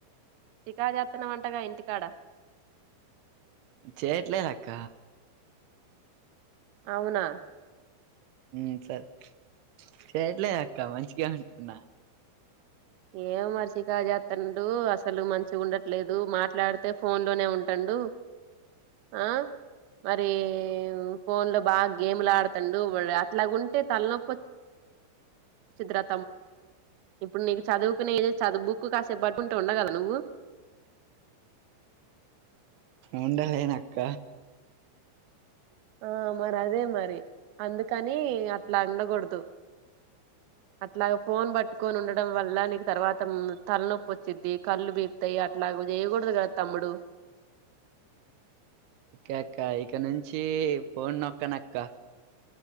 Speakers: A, on the right; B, on the right.
A: చికాక్ చేస్తున్న వంటగా ఇంటికాడ
B: చేయట్లేదు అక్క
A: అవునా
B: మ్మ్ సరే చేయట్లే అక్క మంచిగానే ఉంటున్నా
A: ఎం మరి సికాక్ చేస్తుండు అసలు మంచి ఉండట్లేదు మాట్లాడితే ఫోన్ లోనే ఉంటాండు ఆ మరి ఫోన్ లో బాగా గేమ్లు ఆడుతాండు అట్లాగ ఉంటే తలనొప్పి చిత్ర ఇప్పుడు నీకు చదువుకునే ఏజ్ చదువు బుక్ కాసేపు పట్టుకుంటే ఉండగలవా నువ్వు
B: ఉండలేను అక్క
A: ఆ మరి అదే మరి అందుకని అట్లా ఉండకూడదు అట్లాగ ఫోన్ పట్టుకొని ఉండడం వల్ల నీకు తర్వాత తలనొప్పి వచ్చిది కళ్ళు బీపుతాయి అట్లాగ చేయకూడదు కదా తమ్ముడు
B: ఓకే అక్క ఇక నుంచి ఫోన్ నొక్కనక్క